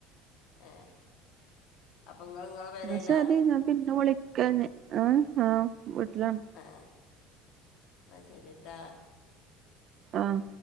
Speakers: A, on the left (about 60°); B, on the right (about 50°).
A: ഏഹ് അപ്പൊ ഇങ്ങള് ഇങ്ങളെ പെരെലാ
B: ന്നാ ശരി ഞാൻ പിന്നെ വിളിക്കാഞ്ഞി ഏ ആഹ് വീട്ടിലാണ്
A: ആഹ് ന്നശരിട്ടാ
B: ആഹ്